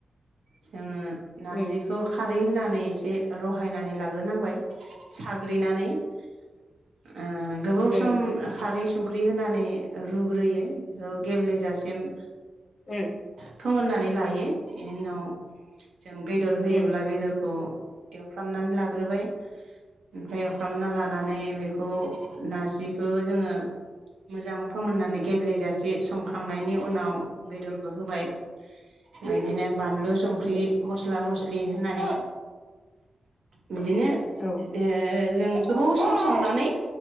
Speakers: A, on the right; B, on the left.
A: जोङो नारजिखौ
B: उम
A: खारै होनानै जे रहायनानै लाग्रोनांबाय साग्रिनानै ओ गोबाव
B: उम
A: सम ओ खारै संख्रि होनानै रुग्रोयो। बेखौ गेब्लेेजासिम।
B: उम
A: फोमोननानै लायो इनि उनाव जों बेदर होयोब्ला
B: उम
A: बेदरखौ एवफ्रामनानै लाग्रोबाय ओमफाय एवफ्रामना लानानै बेखौ नारजिखौ जोङो मोजां फोमोननानै गेब्लेेजासे संखांनायनि उनाव बेदरखौ होबाय बिदिनो बानलु संख्रि,
B: उम
A: मस्ला मसलि लि होनानै बिदिनो ओ
B: औ
A: जों गोबाव सम संनानै